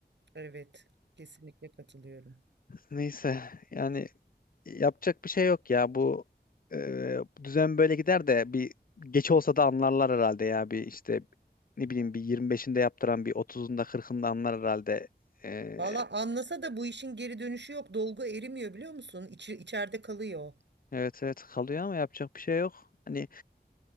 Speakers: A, on the right (about 80°); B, on the left (about 55°).
A: evet kesinlikle katılıyorum
B: Neyse yani Yapacak bir şey yok ya. Bu e, bu düzen böyle gider de bir geç olsa da anlarlar herhalde ya. Bir işte ne bileyim bir 25'inde yaptıran bir 30'unda 40'ında anlar herhalde. E,
A: valla anlasa da bu işin geri dönüşü yok dolgu erimiyor biliyor musun İçi, içeride kalıyor
B: evet evet kalıyor ama yapacak bir şey yok. Hani